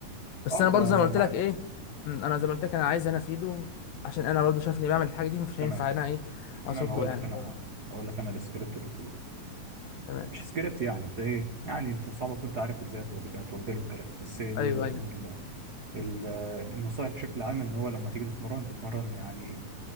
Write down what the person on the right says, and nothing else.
اه
ده
معاك
تمام
تمام هقول
لك
انا
هقول لك انا السكريبت اللي تقوله لي.
مش سكريبت يعني انت ايه يعني انت صعب كنت عارف ازاي هتوجه هتوجه له الكلام بس ال...
ال...
ال... النصائح بشكل عام ان هو لما تيجي تتمرن اتمرن يعني